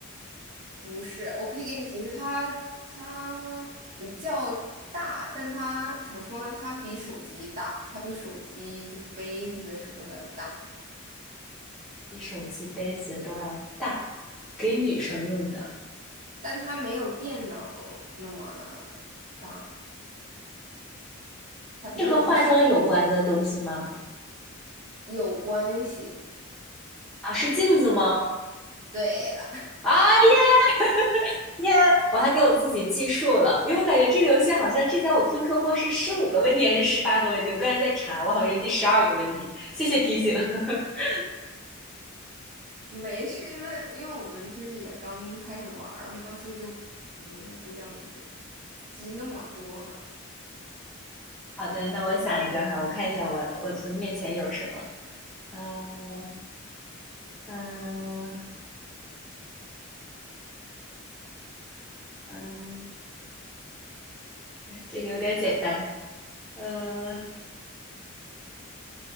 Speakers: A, on the right; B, in the centre.
A: 不是，我可以给你提示，它它比较大，但它怎么说呢？它比手机大，它比手机就是杯子什么的大，
B: 比手机、杯子都要大，给女生用的，
A: 对，但它没有电脑那么大，它比电脑小，
B: 是和化妆有关的东西吗？
A: 有关系。
B: 啊，是镜子吗？
A: 对了。
B: 啊耶耶！我还给我自己计数了，因为我感觉这个游戏好像之前我听说过是十五个问题还是十八个问题，我刚才在查，我好像是第十二个问题，谢谢提醒。<laughs>
A: 没事，因为因为我们就是也刚开始玩儿嘛，所以就没有必要就是记那么多嘛。
B: 好的，那我想一个哈，
A: OK，
B: 我看一下我我的面前有什么。啊。嗯嗯，这个有点简单。呃，